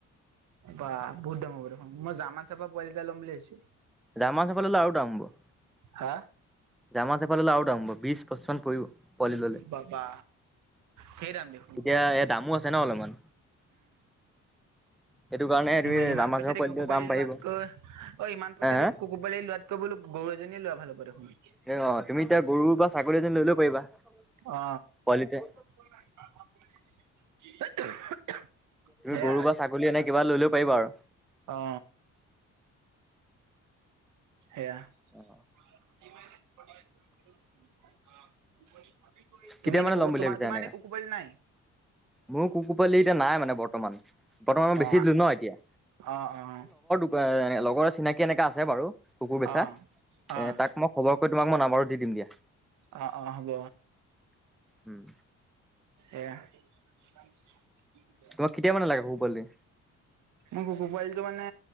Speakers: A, on the right; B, in the centre.
A: বা বহুত দঙ দেখ মই জামা চপা পোৱালিাই ল'ম বুলি ভাবছো,
B: জাৰ্মান চাফাৰ ল'লে আৰু দাম হ'ব।
A: হা।
B: জাৰ্মান চাফাৰ ল'লে দাম হ'ব বিশ, পচিশ মান পৰিব পোৱা লি ল'লে।
A: বাবা ধেৰ দাম দেখোন
B: এতিয়া এ, দামো আছে ন অলপমান সেইটো কাৰণে তুমি
A: ই, ইমান
B: জাৰ্মান
A: পইচা
B: চেফাৰ
A: দি
B: পোৱালিটোৰ
A: কুকুৰ পোৱালি
B: দাম বাঢ়িব
A: লোৱাতকৈ অ, ইমান পইচা
B: হা হা
A: দি কু কুকুৰ পোৱালি লোৱাতকৈ গৰু এজনীয়ে লোৱা ভাল হ'ব দেখুনি।
B: এ, অ, তুমি এতিয়া গৰু বা ছাগলী এজনী লৈলেও পাৰিবা পোৱালিতে।
A: অ <inaudible>
B: তুমি
A: সেয়া
B: গৰু বা ছাগলী এনে কিবা লৈলেও পাৰিবা আৰু।
A: অ, সেয়া।
B: অ,
A: <unintelligible>
B: কেতিয়া
A: তুমি
B: মানে
A: ন,
B: ল'ম বুলি
A: তোমাৰ,
B: ভাবিছা
A: তোমাৰ
B: এনেকা
A: এনে কুকুৰ পোৱালি নাই?
B: মোৰ কুকুৰ পোৱালি এতিয়া নাই মানে বৰ্তমান, বৰ্তমান মই বেছি
A: অ
B: দিলো ন এতিয়া।
A: অ', অ'।
B: লগৰে চিনাকি এনেকা আছে বাৰু কুকুৰ বেছা।
A: অ',
B: এ
A: অ',
B: তাক মই খবৰ কৰি তোমাক মই নন্বাৰটো দি দিম দিয়া।
A: অ', অ' হ'ব।
B: উম
A: এইয়া <inaudible>
B: তোমাক কেতিয়া মানে লাগে কুকুৰ পোৱালী?
A: মোক কুকুৰ পোৱালিটো মানে